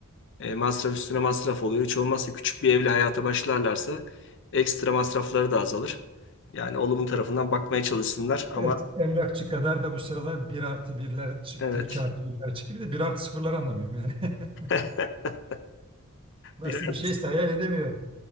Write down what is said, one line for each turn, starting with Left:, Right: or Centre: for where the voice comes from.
Left: Ee, masraf üstüne masraf oluyor. Hiç olmazsa küçük bir evle hayata başlarlarsa ekstra masrafları da azalır. Yani olumlu tarafından bakmaya çalışsınlar ama
Right: Evet, emlakçı kadar da bu sıralar bir artı birler çıktı,
Left: evet
Right: 2 artı birler çıktı. Bir de bir artı sıfırlar anlamıyorum yani. <laughs>
Left: <laughs>
Right: Nasıl
Left: biraz
Right: bir şeyse hayal edemiyorum.